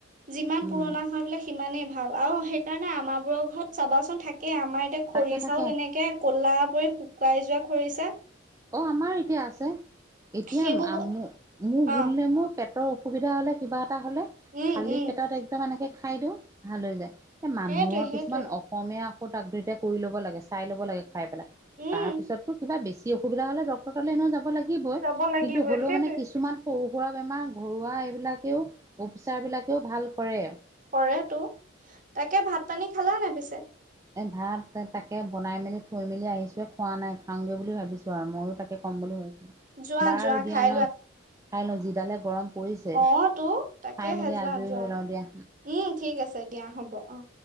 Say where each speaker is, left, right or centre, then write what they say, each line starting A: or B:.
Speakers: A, on the right (about 40°); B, on the right (about 15°).
A: যিমান
B: উম
A: পুৰণা হয় বোলে সিমানেই ভাল আৰু সেই সেইকাৰণে আমাৰ বোৰৰ ঘৰত চাবাচোন থাকেই। আমাৰ এতিয়া খৰি
B: তাকে তাকে
A: চাও তেনেকে ক'লা কৰি শুকাই যোৱা খৰিছে
B: অ আমাৰ এতিয়া আছে। এতিয়া
A: সেইবোৰ
B: আম মু মূ্ মো গোল
A: অ'
B: নেমু পেট টৰ অসুবিধা হলে কিবা এটা হলে,
A: উম,
B: খালি
A: উম,
B: পেটত একদম এনেকে খাই দিওঁ ভাল হৈ যায়। এ মানুহৰ
A: সেইটোৱে সেইটোৱে
B: কিছুমান অসমীয়া ঔষধ আপগ্ৰেদে কৰি ল'ব লাগে। চাই ল'ব লাগে খাই পেলাই।
A: উম,
B: তাৰ পিছতো কিবা বেছি অসুবিধা হলে ডক্তৰ তালে এনেও যাব লাগ- গিবই।
A: যাব লাগিবই
B: কিন্তু হ'লেও
A: সেইটোৱে
B: মানে কিছুমান সৰু সুৰা বেমাৰ ঘৰুৱা এইবিলাকেও উপচাৰ বিলাকেও ভাল কৰে।
A: কৰে তো তাকে ভাত পানী খালা নাই পিছে?
B: এ ভাত তাকে বনাই মেলি থৈ মেলি আহিছোহে খোৱা নাই খাওগে বুলি ভাবিছো। চোৱা মইও তাকে কম বুলি ভাবছিলো
A: যোৱা
B: বাৰু
A: যোৱা
B: দিয়া
A: খাই
B: ন'খাই লওঁ যিডালে গৰম পৰিছে
A: অ'তো তাকেহে
B: খাই মেলি
A: যোৱা-যোৱা
B: আজৰি হৈ লওঁ দিয়া
A: উম ঠিক আছে দিয়া। হ'ব অ',।